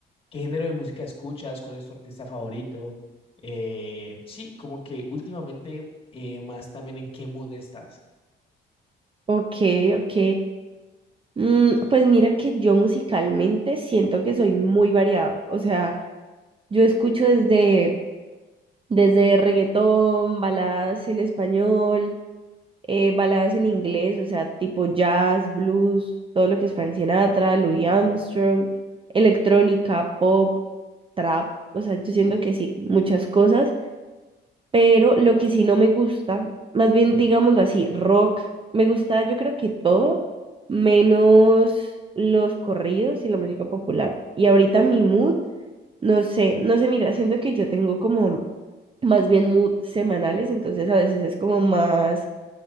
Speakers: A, on the left; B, on the right.
A: qué género de música escuchas, cuál es tu artista favorito. Eh, sí, como que últimamente eh, más también en qué mood estás.
B: Ok, ok. Mm, pues mira que yo musicalmente siento que soy muy variada. O sea, yo escucho desde, desde reggaetón, baladas en español, eh, baladas en inglés, o sea, tipo jazz, blues, todo lo que es Frank Sinatra, Louis Armstrong, electrónica, pop, trap. O sea, yo siento que sí, muchas cosas. Pero lo que sí no me gusta, más bien digámoslo así, rock, me gusta yo creo que todo, menos los corridos y la música popular. Y ahorita mi mood, no sé, no sé, mira, siento que yo tengo como más bien mood semanales, entonces a veces es como más